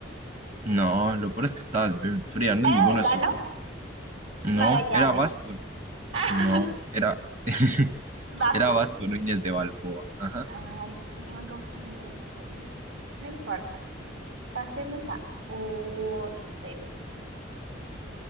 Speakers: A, on the right; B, on the right.
A: No, lo peor es que estabas bien fría, no
B: ¿Era
A: en ninguno
B: del Cano?
A: de esos dos. No,
B: Magallanes.
A: era Vasco.
B: <laughs>
A: No, era. <laughs>
B: Vasco.
A: Era Vasco Núñez de Balboa. Ajá.
B: Ay, sí, sí, me confundí, me confundí. No importa. Pasemos a otra pregunta.